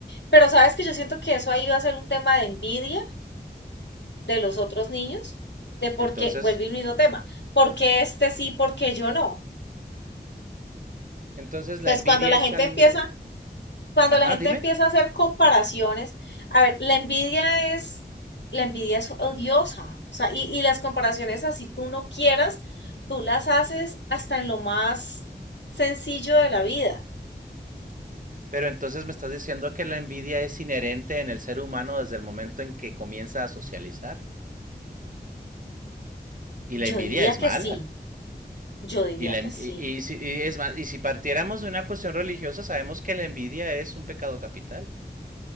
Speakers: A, on the left (about 90°); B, on the right (about 50°).
A: pero sabes que yo siento que eso ahí va a ser un tema de envidia de los otros niños, de por
B: entonces,
A: qué, vuelve el mismo tema, por qué este sí, por qué yo no.
B: entonces
A: Entonces,
B: la envidia
A: cuando la
B: es
A: gente
B: algo.
A: empieza, cuando
B: Ajá,
A: la gente
B: dime.
A: empieza a hacer comparaciones, a ver, la envidia es, la envidia es odiosa, o sea, y, y las comparaciones así tú no quieras, tú las haces hasta en lo más sencillo de la vida.
B: Pero entonces me estás diciendo que la envidia es inherente en el ser humano desde el momento en que comienza a socializar. Y la
A: Yo
B: envidia
A: diría
B: es
A: que
B: mala.
A: sí, yo diría
B: Y, la
A: que
B: en-
A: sí,
B: y- y si, y es más, y si partiéramos de una cuestión religiosa, sabemos que la envidia es un pecado capital.